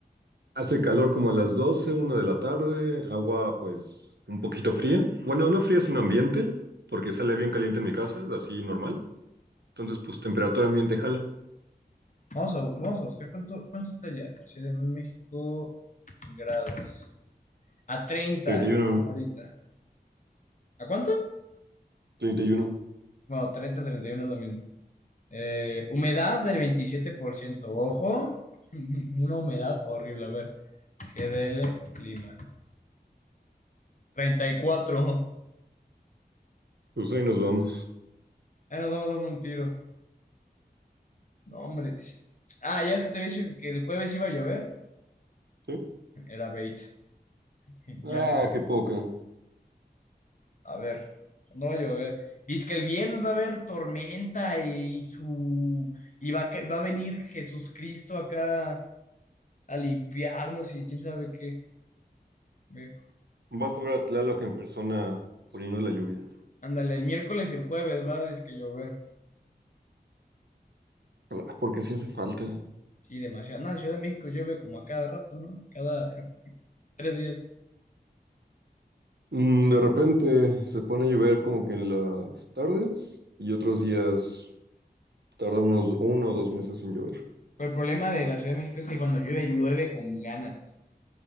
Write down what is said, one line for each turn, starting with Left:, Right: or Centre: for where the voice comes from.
Right: hace calor como a las doce una de la tarde, agua pues un poquito fría. Bueno, no fría, sino ambiente, porque sale bien caliente en mi casa, así normal. Entonces, pues temperatura ambiente jala.
Left: vamos a, vamos a buscar cuánto, cuánto está ya. Ciudad de México, grados. A 30
Right: 31,
Left: está ahorita. ¿A cuánto?
Right: 31.
Left: Bueno, treinta treinta y uno es lo mismo. Eh, humedad del veintisiete por ciento Ojo, <laughs> una humedad horrible. A ver, GDL, clima. treinta y cuatro
Right: Pues ahí nos vamos.
Left: Ahí nos vamos dando un tiro. No, hombre. sí. Ah, ya es que te había dicho que el jueves iba a llover.
Right: ¿Sí?
Left: Era bait. <laughs>
Right: Ah,
Left: Ya no.
Right: qué poco.
Left: A ver, no va a llover. Dice que el viernes va a haber tormenta y su y va a, ca- va a venir Jesucristo acá a limpiarnos y quién sabe qué. Ve,
Right: Vas a ver a Tlaloc en persona poniendo la lluvia.
Left: Ándale, el miércoles y el jueves va a que llover.
Right: Ah, Porque sí hace falta.
Left: Sí, demasiado. Nada, Ciudad de México llueve como a cada rato, ¿no? Cada <laughs> tres días.
Right: Mm, De repente se pone a llover como que en las tardes y otros días Tarda unos uno o dos meses en llover.
Left: Pero el problema de la Ciudad de México es que cuando llueve, llueve con ganas.